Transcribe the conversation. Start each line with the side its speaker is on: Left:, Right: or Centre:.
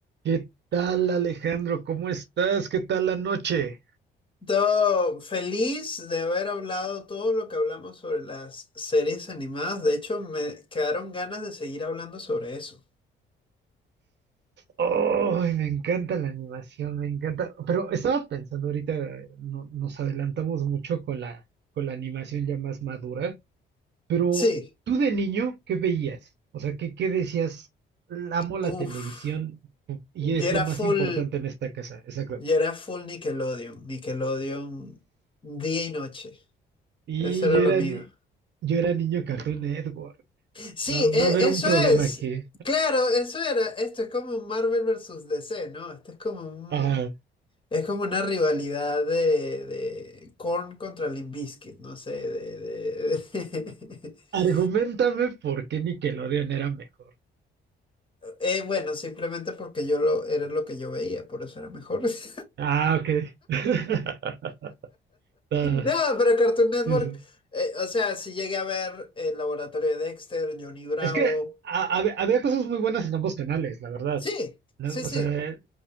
Right: ¿Qué tal, Alejandro? ¿Cómo estás? ¿Qué tal la noche?
Left: todo feliz de haber hablado todo lo que hablamos sobre las series animadas. De hecho, me quedaron ganas de seguir hablando sobre eso.
Right: ¡Ay, me encanta la animación, me encanta. Pero estaba pensando ahorita, eh, no- nos adelantamos mucho con la, con la animación ya más madura. Pero
Left: Sí,
Right: tú de niño, ¿qué veías? O sea, ¿qué, qué decías? Amo
Left: uff.
Right: la televisión y es
Left: Yo era
Right: lo más
Left: full,
Right: importante en esta casa. Exacto.
Left: yo era full Nickelodeon. Nickelodeon día y noche.
Right: Y
Left: Eso era
Right: yo
Left: lo
Right: era,
Left: mío.
Right: ni- yo era niño Cartoon Network.
Left: Sí,
Right: Va, va
Left: e-
Right: a haber un
Left: eso
Right: problema
Left: es.
Right: aquí.
Left: Claro, eso era. Esto es como un Marvel versus DC, ¿no? Esto es como un,
Right: Ajá.
Left: Es como una rivalidad de, de Korn contra Limp Bizkit, no sé, de, de- de-
Right: Argumentame
Left: <laughs>
Right: por qué Nickelodeon era mejor.
Left: Eh, bueno, simplemente porque yo lo era lo que yo veía, por eso era mejor. <laughs>
Right: Ah, ok. <laughs> Ah,
Left: No, pero Cartoon Network,
Right: pues,
Left: eh, o sea, si llegué a ver el laboratorio de Dexter, Johnny Bravo,
Right: es que ha- hab- había cosas muy buenas en ambos canales, la verdad.
Left: sí,
Right: No,
Left: sí, sí,
Right: O sea, eh,